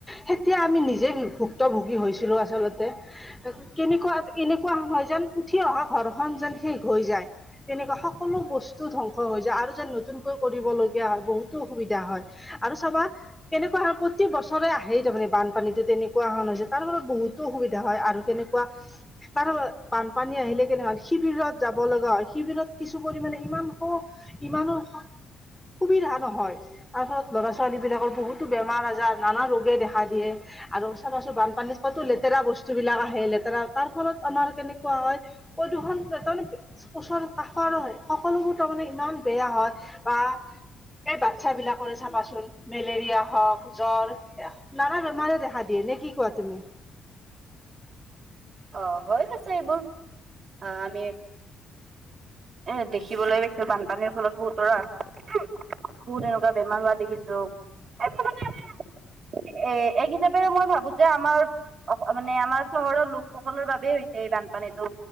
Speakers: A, in the centre; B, on the right.
A: তেতিয়া আমি নিজে ভুক্ত ভুগী হৈছিলো আচলতে আচলতে কেনেকুৱা এনেকুৱা নহয় যেন উঠি অহা ঘৰখনন যেন শেষ হৈ যায় তেনেকুৱা সকলো বস্তু ধ্বংস হৈ যায় আৰু যেন নতুনকৈ কৰিবলগীয়া হয় বহুতো অসুবিধা হয় আৰু চাবা কেনেকুৱা প্ৰতি বছৰে আহেই তাৰমানে বানপানীতো তেনেকুৱা হৰণ হৈছে তাৰৰত বহুত অসুবিধা হয় আৰু কেনেকুৱা তাৰ বানপানী আহিলে কেনেকুৱা শিবিৰত যাব লগা হয় শিবিৰত কিছু পৰিমানে ইমান স ইমানো সুবিধা নহয় তাৰ ফলত ল'ৰা ছোৱালী বিলাকৰ বহুতো বেমাৰ আজাৰ নানা ৰোগে দেখা দিয়ে আৰু চাবা চুন বানপানীৰ লেতেৰা বস্তু বিলাক আহে লেতেৰা তাৰ ফলত আমাৰ কেনেকুৱা হয় প্ৰদূষণ তাৰমানে ওচৰ কাষৰ হয় সকলোবোৰ তাৰমানে ইমান বেয়া হয় বা এই বাচ্ছাবিলাকৰে চাবাচোন মেলেৰিয়া হওক জ্বৰ নানা বেমাৰে দেখা দিয়ে নে কি কোৱা তুমি
B: অ হৈ গৈছে এইবোৰ আহ আমি এ দেখিবলৈ পাইছো বানপানীৰ ফলত বহুতৰ কোন এনেকুৱা বেমাৰ হোৱা দেখিছো। এ এক হিচাপেৰে মই ভাবো যে আমাৰ মানে আমাৰ চহৰৰ লোক। ল সকলৰ বাবেই হৈছে এই বানপানীটো